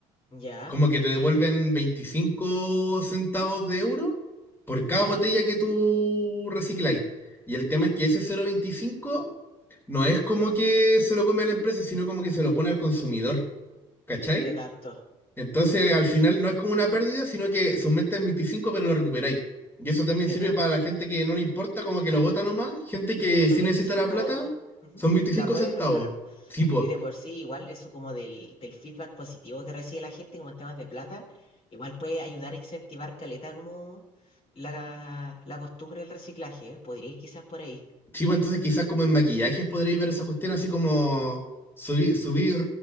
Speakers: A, on the left; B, on the left.
A: Ya,
B: Como que te devuelven 25 centavos de euro por cada
A: ya,
B: botella que tú recicláis. Y el tema es que ese cero coma veinticinco no es como que se lo come la empresa, sino como que se lo pone al consumidor. ¿Cachai?
A: te capto,
B: Entonces, al final no es como una pérdida, sino que se aumenta en 25, pero lo recuperáis. Y eso también
A: te
B: sirve
A: ga-
B: para la gente que no le importa, como que lo bota nomás. Gente
A: Eso
B: que
A: son
B: sí
A: veinticinco
B: necesita la plata,
A: ujú,
B: son 25
A: La puedes
B: centavos.
A: recuperar.
B: Sí, pues.
A: Y de por sí, igual eso como del, del feedback positivo que recibe la gente como en temas de plata, igual puede ayudar a incentivar caleta como la, la costumbre del reciclaje, ¿eh? Podría ir quizás por ahí.
B: Sí, po, entonces quizás como en maquillajes podréis ver esa cuestión así como subi- subir